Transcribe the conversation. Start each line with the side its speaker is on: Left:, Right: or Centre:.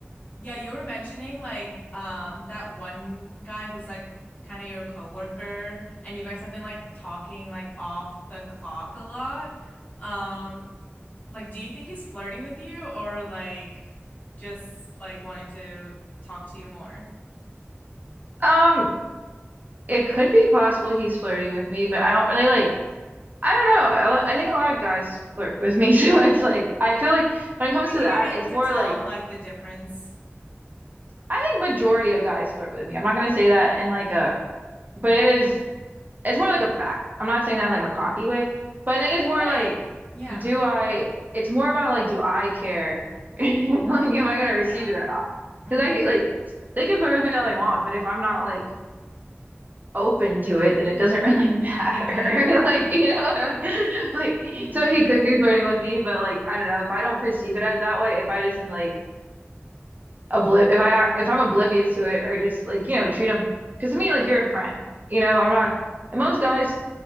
Left: Yeah, you were mentioning like um that one guy who's like kind of your coworker and you guys have been like talking like off the clock a lot. Um like do you think he's flirting with you or like just like wanting to talk to you more?
Right: Um, It could be possible he's flirting with me, but I don't really like, I don't know. I, I think a lot of guys flirt with me, <laughs> so it's like, I feel like when it comes
Left: Do you
Right: to
Left: think
Right: that,
Left: you'd be able
Right: it's
Left: to
Right: more
Left: tell
Right: like,
Left: like the difference?
Right: I think majority of guys flirt with me. I'm not gonna say that in like a, but it is, it's more like a fact. I'm not saying that in like a cocky way, but I think it's more
Left: Right.
Right: like,
Left: Yeah.
Right: do I, it's more about like, do I care? <laughs> Like, am I gonna receive
Left: Yeah.
Right: it or not?
Left: hmm
Right: Because I could, like, they can flirt with me all they want, but if I'm not like, open to it, then it doesn't really matter.
Left: Right.
Right: <laughs> Like, you know what I mean? <laughs> Like,
Left: hmm
Right: so he could be flirting with me, but like, I don't know, if I don't perceive it as that way, if I just am like obli if I if I'm oblivious to it or just like, you know, treat him because to me, like you're a friend. You know, I'm not
Left: Yeah,
Right: and most guys,